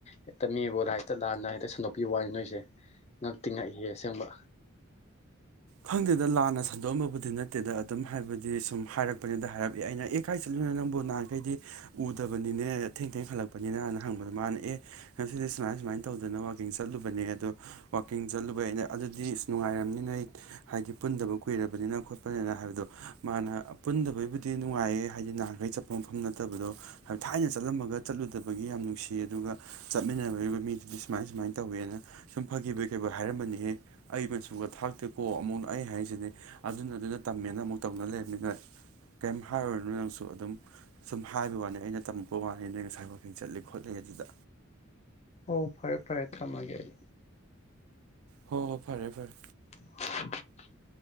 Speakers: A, on the left (about 30°); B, on the right (about 85°).
A: ꯍꯦꯛꯇ ꯃꯤꯕꯨ ꯂ ꯍꯦꯛꯇ ꯂꯥꯟꯅ ꯍꯦꯛꯇ ꯁꯟꯗꯣꯛꯄꯤꯕ ꯋꯥꯅꯤ ꯅꯣꯏꯁꯦ ꯉꯛꯇꯤ ꯉꯛꯏ ꯍꯦ ꯑꯁꯦꯡꯕ
B: ꯈꯪꯗꯦꯗ ꯂꯥꯟꯅ ꯁꯟꯗꯣꯛꯑꯝꯕꯕꯨꯗꯤ ꯅꯠꯇꯦꯗ ꯑꯗꯨꯝ ꯍꯥꯏꯕꯗꯤ ꯁꯨꯝ ꯍꯥꯏꯔꯛꯄꯅꯤꯗ ꯍꯥꯏꯔꯛꯏ ꯑꯩꯅ ꯑꯦ ꯀꯥꯏ ꯆꯠꯂꯤꯨꯅꯣ ꯅꯪꯕꯨꯣ ꯅꯍꯥꯟꯈꯩꯗꯤ ꯎꯗꯕꯅꯤꯅꯦ ꯊꯦꯡ ꯊꯦꯡ ꯈꯠꯂꯛꯄꯅꯤꯅ ꯍꯅ ꯍꯪꯕꯗ ꯃꯥꯅ ꯑꯦ ꯉꯁꯤꯗꯤ ꯁꯨꯃꯥꯏ ꯁꯨꯃꯥꯏꯅ ꯇꯧꯗꯅ ꯋꯥꯋꯥꯛꯀꯤꯡ ꯆꯠꯂꯨꯕꯅꯦ ꯑꯗꯣ ꯋꯥꯋꯥꯛꯀꯤꯡ ꯆꯠꯂꯨꯕ ꯑꯩꯅ ꯑꯗꯨꯗꯤ ꯑꯁ ꯅꯨꯡꯉꯥꯏꯔꯝꯅꯤ ꯅꯣꯏ ꯑꯩ ꯍꯥꯏꯗꯤ ꯄꯨꯟꯗꯕ ꯀꯨꯏꯔꯕꯅꯤꯅ ꯈꯣꯠꯄꯅꯤꯅ ꯍꯥꯏꯕꯗꯣ ꯃꯥꯅ ꯄꯨꯟꯗꯕꯒꯤꯕꯨꯗꯤ ꯅꯨꯡꯉꯥꯏꯌꯦ ꯍꯥꯏꯗꯤ ꯅꯍꯥꯟꯈꯩ ꯆꯠꯄ ꯃꯐꯝ ꯅꯠꯇꯕꯗꯣ ꯍꯥꯏ ꯊꯥꯏꯅ ꯆꯠꯂꯝꯃꯒ ꯆꯠꯂꯨꯗꯕꯒꯤ ꯌꯥꯝ ꯅꯨꯡꯁꯤꯌꯦ ꯑꯗꯨꯒ ꯆꯠꯃꯤꯟꯅꯔꯔꯤꯕ ꯃꯤꯗꯨꯗꯤ ꯁꯨꯃꯥꯏ ꯁꯨꯃꯥꯏꯅ ꯇꯧꯋꯦꯅ ꯁꯨꯝ ꯐꯈꯤꯕꯒꯤ ꯀꯩ ꯍꯥꯏꯔꯝꯃꯅꯤꯍꯦ ꯑꯩ ꯃꯆꯨꯒ ꯊꯥꯛꯇ ꯀꯣ ꯑꯃꯨꯛ ꯑꯩ ꯍꯥꯏꯁꯤꯅꯦ ꯑꯗꯨꯅ ꯑꯗꯨꯗ ꯇꯝꯃꯦꯅ ꯑꯃꯨꯛ ꯇꯧꯅ ꯂꯩꯔꯕꯅꯤꯅ ꯀꯩꯝ ꯍꯥꯏꯔꯔꯤꯅꯃꯤ ꯅꯪꯁꯨ ꯑꯗꯨꯝ ꯁꯨꯝ ꯍꯥꯏꯕ ꯋꯥꯅꯤ ꯑꯩꯅ ꯇꯝꯃꯛꯄ ꯋꯥꯅꯤ ꯅ ꯉꯁꯥꯏ ꯋꯀꯤꯡ ꯆꯠꯂꯤ ꯈꯣꯠꯂꯤ ꯑꯗꯨꯗ
A: ꯑꯣ ꯐꯔꯦ ꯐꯔꯦ ꯊꯝꯃꯒꯦ ꯑꯩ
B: ꯍꯣ ꯍꯣꯏ ꯐꯔꯦ ꯐꯔꯦ
A: <unintelligible>